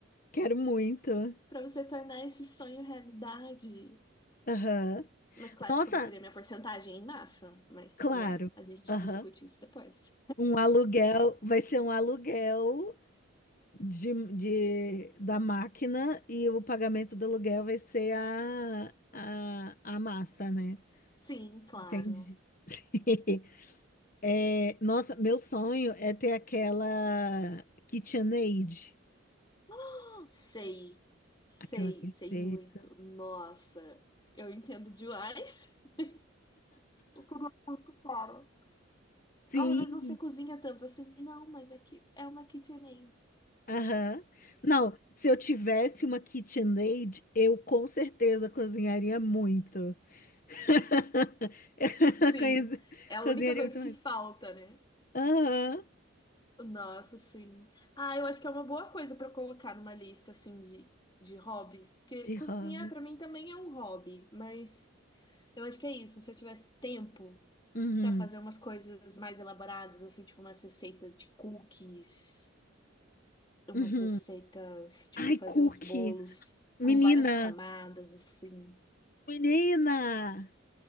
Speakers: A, on the left (about 40°); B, on the left (about 20°).
A: Quero muito.
B: Pra você tornar esse sonho realidade.
A: Aham.
B: Mas claro
A: Nossa,
B: que eu vou querer minha porcentagem em massa. Mas,
A: claro.
B: né, a gente
A: Aham.
B: discute isso depois.
A: Um aluguel, vai ser um aluguel de, de- da máquina e o pagamento do aluguel vai ser a, a, a massa, né?
B: Sim, claro.
A: Entendi. <laughs> É, nossa, meu sonho é ter aquela KitchenAid,
B: Ah, Sei. Sei,
A: aquela perfeita.
B: sei muito. Nossa, eu entendo demais. <laughs> Eu queria muito, cara.
A: Sim,
B: Ah, mas você cozinha tanto assim. Não, mas aqui é que é uma KitchenAid.
A: aham. Não, se eu tivesse uma KitchenAid, eu com certeza cozinharia muito. <laughs> Eu
B: Sim,
A: conheço,
B: é a
A: cozinharia
B: única coisa
A: muito mais.
B: que falta, né?
A: Aham.
B: Nossa, sim. Ah, eu acho que é uma boa coisa pra colocar numa lista assim de, de hobbies, porque
A: De
B: cozinhar
A: hobbies.
B: pra mim também é um hobby, mas eu acho que é isso. Se eu tivesse tempo
A: Uhum.
B: pra fazer umas coisas mais elaboradas, assim, tipo umas receitas de cookies, umas
A: Uhum.
B: receitas, tipo
A: Ai,
B: fazer
A: cookie.
B: uns bolos
A: Menina,
B: com várias camadas assim.
A: menina.